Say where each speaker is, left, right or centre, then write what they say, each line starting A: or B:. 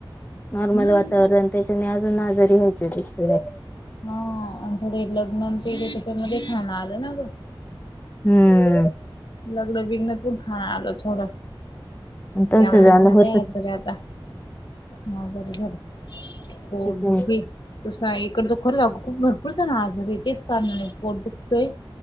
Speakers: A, on the left (about 20°); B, on the left (about 55°).
A: नॉर्मल
B: हम्म
A: वातावरण त्याच्याने आजून आजारी व्हायचं ते सगळे.
B: हा आणि थोडे लग्न ते त्याच्यामध्ये खाणं आलं ना ग.
A: हम्म.
B: लग्न बिगण्यातून खाणं आलं थोडं.
A: त्यांचं
B: त्यामुळे
A: जाणं
B: झाले
A: होतच
B: आज बरे आता म बर झालं. पोट
A: त्याच्यामुळे.
B: दुखी तसं आहे इकडं त खरं आग खूप भरपूर जण आजारीय तेच कारणाने पोट दुखतंय